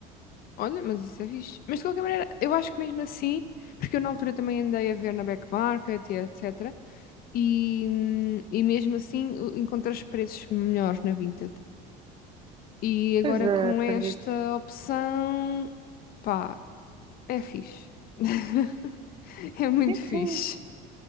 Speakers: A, on the left (about 50°); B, on the right (about 25°).
A: Olha, mas isso é fixe. Mas de qualquer maneira, eu acho que mesmo assim, porque eu na altura também andei a ver na Back Market e etc. E, hum, e mesmo assim o- encontrei os preços melhores na Vinted. E agora
B: Pois é,
A: com
B: acredito.
A: esta opção. Pá, É fixe. <laughs> É muito
B: Sim,
A: fixe.
B: sim.